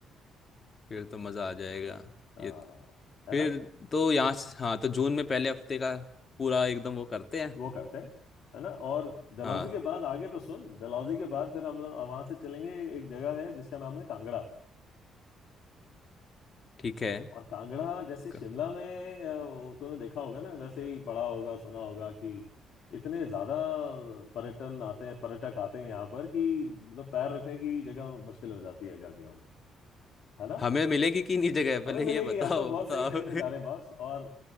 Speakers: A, on the left (about 45°); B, on the left (about 70°).
A: फिर तो मजा आ जाएगा
B: हाँ
A: ये
B: है
A: फिर
B: ना
A: तो यहाँ से हाँ तो जून में पहले हफ्ते का पूरा एकदम वो करते हैं
B: वो करते हैं है ना और डलहौजी
A: हाँ
B: के बाद आगे तो सुन डलहौजी के बाद फिर हम लोग वहां से चलेंगे एक जगह है जिसका नाम है कांगड़ा
A: ठीक है
B: और कांगड़ा जैसे
A: <laughs>
B: शिमला
A: क-
B: में अ, वो तूने देखा होगा ना वैसे ही पढ़ा होगा सुना होगा कि इतने ज्यादा पर्यटन आते हैं पर्यटक आते हैं यहाँ पर कि मतलब पैर रखने की जगह मुश्किल हो जाती है गर्मियों में है ना
A: हमें मिलेगी कि नहीं जगह पहले
B: हमें मिलेगी
A: ये बताओ
B: हम लोग बहुत
A: बताओ
B: सही टाइम पे जा रहे हैं बस और